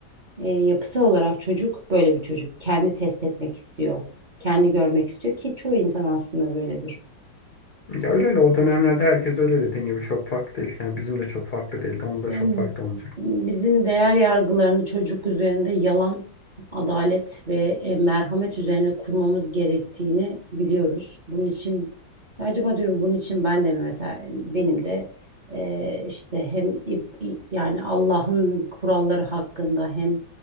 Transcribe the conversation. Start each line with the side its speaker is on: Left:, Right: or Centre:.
Right: E, yapısal olarak çocuk böyle bir çocuk. Kendi test etmek istiyor. Kendi görmek istiyor ki çoğu insan aslında böyledir.
Left: Ya öyle öyle o dönemlerde herkes öyle dediğin gibi çok farklı değil. Yani bizim de çok farklı değildi. Onun da
Right: Yani
Left: çok farklı olmayacak.
Right: bizim değer yargılarını çocuk üzerinde yalan, adalet ve e, merhamet üzerine kurmamız gerektiğini biliyoruz. Bunun için acaba diyorum bunun için ben de mi mesela benim de e, işte hem i- i- yani Allah'ın kuralları hakkında hem